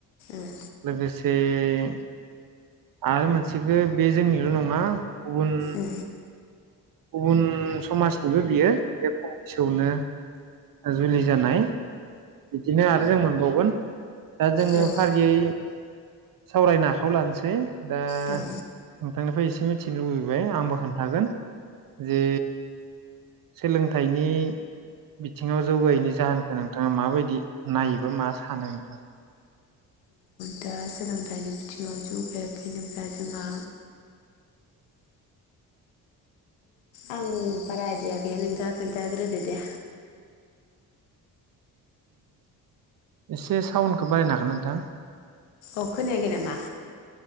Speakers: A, on the left; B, on the right.
A: उम
B: लोगोसे बे आरो मोनसेखौ बे जोंनिल' नङा उन
A: उम
B: गुबुन समाजनिबो बियो बे खम बैसोआवनो जुलि जानाय बिदिनो आरो जों मोनबावो <unintelligible> दा जोङो
A: औ
B: फारियै सावरायनो आखायाव लानोसै दा
A: औ औ
B: नोंथांनिफ्राय एसे मिथिनो लुबैबाय आंबो खोन्थागोन जे सोलोंथाइनि बिथिङाव जौगायैनि जाहोनखौ नोंथाङा माबायदि नायोबा मा सानो नोंथाङा
A: दा सोलोंथाइनि बिथिङाव जौगायाखै होनोब्ला जोंहा आं बारा आयदिया गैया नोंथाङा खिन्थाग्रोदो दे
B: एसे साउन्डखौ बारायनो हागोन नोंथां
A: अखोनायाखै नामा